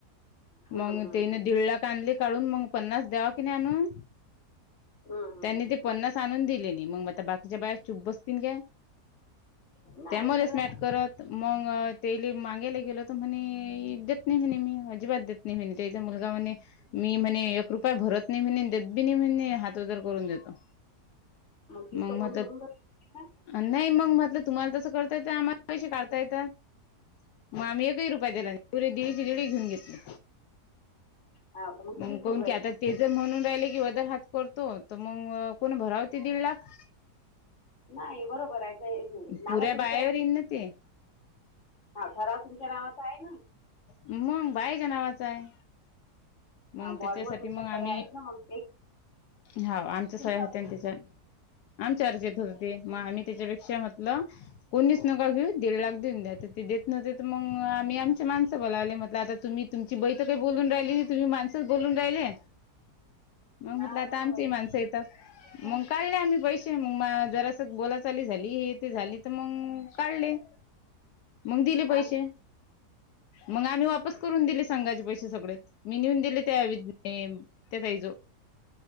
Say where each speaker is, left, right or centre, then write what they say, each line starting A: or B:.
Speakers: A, on the left (about 45°); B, on the left (about 75°).
A: हम्म
B: मंग
A: हम्म
B: दीड लाख आणले काढून मग पन्नास द्यावा की नाही आणून
A: हम्म हम्म हम्म
B: त्यांनी ते पन्नास आणून दिले नाही मग आता बाकीच्या बाया चुप बसतील काय
A: हम्म. नाही
B: त्यामलेच
A: सगळ्या
B: नाट करत मग तेली मागायला गेल तर म्हणे देत नाही म्हणे मी अजिबात देत नाही म्हणे त्याचा मुलगा म्हणे मी म्हणे एक रुपय भरत नाही म्ह देत बी नाही म्हणे हात वदर करून देतो
A: किस्त
B: मग
A: कोण
B: मग
A: भरून
B: तर
A: राहिलं?
B: नाही मग म्हटलं तुम्हाला तसं करता येतं आम्हाला पैसे काढता येतात मग आम्ही एकही रुपया दिला नाही पुरे दिडचे दिडं घेऊन घेतली
A: हा का तुम्हीच
B: मग
A: भरवायची.
B: कोन की आता ते जर म्हणून राहिल की वदर हात करतो तर मग कोण भरावे ते दीड लाख
A: नाही बरोबर आहे नाव
B: पुऱ्या
A: तुमच्या
B: बायावर येईन ना ते
A: हा ठराव तुमच्या नावाचा आहे ना
B: मंग बायच्या नावाचं आहे मग
A: बॉन्डवर
B: त्याच्यासाठी
A: तुमच्या
B: मग
A: सह्या
B: आम्ही
A: आहेत ना मग ते
B: हा आमच्या
A: तुमच्या
B: सय होते आणि त्याच्या आमच्या चर्चेत होतती मग आम्ही त्याच्यापेक्षा म्हतलं कोणीस नका घेऊ दीड लाख देऊ द्या तर ते देत नव्हते तर मग आम्ही आमच्या माणसं बोलावले म्हटलं आता तुम्ही तुमची बै तर काही बोलून राहिली तुम्ही माणसच बोलून राहिले मग म्हटलं
A: हा
B: आता
A: बरोबर
B: आमची
A: आहे.
B: माणसं येत मग काढले आम्ही पैसे मग म जर असं बोला चाली झाली हे ते झाली तर मग काढले मग दिले
A: हा
B: पैसे
A: ना
B: मग आम्ही
A: हम्म
B: वापस करून दिले सांगायचे पैसे सगळे मी नेऊन दिले त्या त्यातई जो